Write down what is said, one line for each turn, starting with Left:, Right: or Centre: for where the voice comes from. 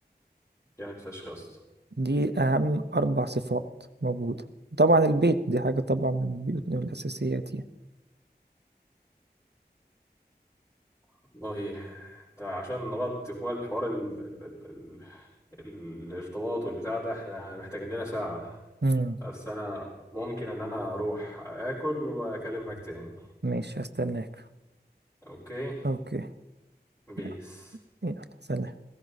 Left: جامد فشخ يا اسطى
Right: دي أهم أربع صفات موجودة طبعا البيت دي حاجة طبعا من بيوتنا من الأساسيات يعني
Left: والله انت عشان نغطي كل الحوار ال... ال... ال... ال... الارتباط والبتاع ده احنا محتاجين لنا ساعة
Right: مم.
Left: بس انا ممكن ان انا اروح اكل واكلمك تاني
Right: ماشي هستناك
Left: اوكي
Right: أوكي
Left: بيس
Right: يلا يلا سلام